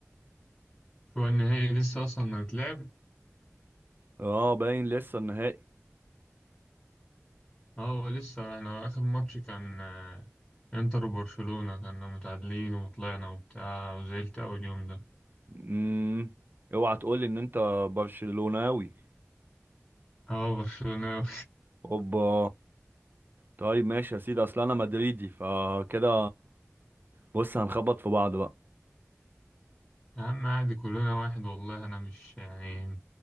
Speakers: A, on the left; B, on the right.
A: هو النهائي لسه اصلا هيتلعب
B: اه باين لسه النهائي
A: اه هو لسه احنا اخر ماتش كان آه، انتر وبرشلونة كنا متعادلين وطلعنا وبتاع وزعلت اول يوم ده
B: امم اوعى تقول لي ان انت برشلوناوي
A: اه برشلونة
B: اوبا طيب ماشي يا سيدي اصل انا مدريدي فكده بص هنخبط في بعض بقى
A: <laughs> يا عم عادي كلنا واحد والله انا مش يعني